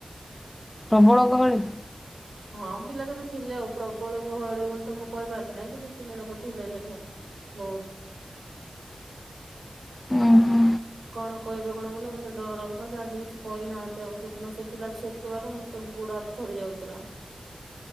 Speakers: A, on the left; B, on the right.
A: ପ୍ରବଳ ଗହଳି।
B: ହଁ ପିଲା ଯାକ ଥିଲେ ଆଉ ପ୍ରବଳ ଗହଳି ବୋଲି ତ ମୁଁ କହିପାରିବି ନାହିଁ କିନ୍ତୁ ପିଲା ଯାକ ଥିଲେ ସେଠି। ହଉ।
A: ହୁଁ ହୁଁ
B: କଣ କହିବେ କଣ ବୋଲି ମତେ ଡର ଲାଗିଥାନ୍ତେ ଆଜି କିଛି କହିନାହାନ୍ତି ଆଉ ସେଦିନ ସେ ପିଲା ଛି ଦେବାରୁ ମୁଁ ତେ ଗୁଡହାତ ଥରି ଯାଉଥିଲା।